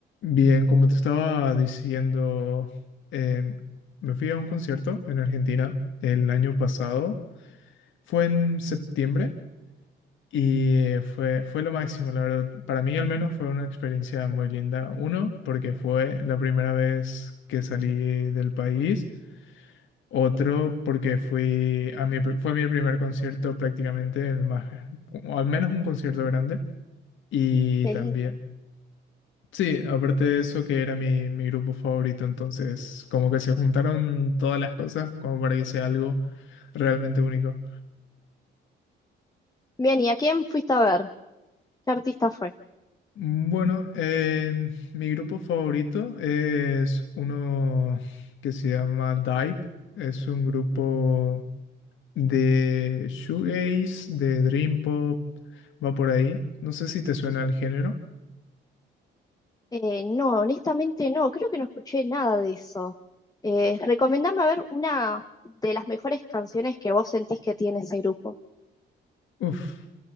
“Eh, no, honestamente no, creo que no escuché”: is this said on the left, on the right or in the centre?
Left